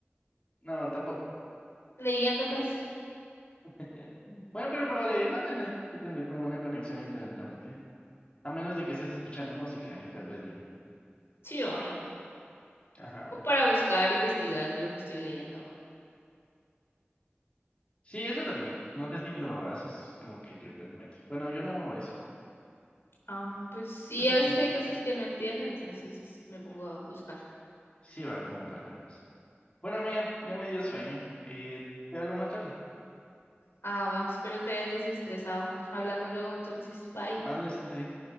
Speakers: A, on the left; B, on the left.
A: No, tampoco.
B: <laughs> Leyendo, pues.
A: <laughs> Bueno, pero para leerlo tenés que tener como una conexión a internet tan rápida. A menos de que estés escuchando música ahí, tal vez, mira.
B: Sí, o,
A: Ajá.
B: o para buscar, investigar lo que estoy leyendo.
A: Sí, eso también. No sé si lo haces como que frecuentemente. Bueno, yo no hago eso.
B: Ah, pues sí,
A: Pero
B: a
A: está
B: veces
A: interesante.
B: hay cosas que no entiendo, entonces me pongo a buscar.
A: Sí, va como palabras. Bueno, amiga,
B: Ajá.
A: ya me dio sueño. Y te hablo más tarde.
B: Ah, va, espero te hayas desestresado. Hablamos luego entonces. Bye.
A: Más me estresé.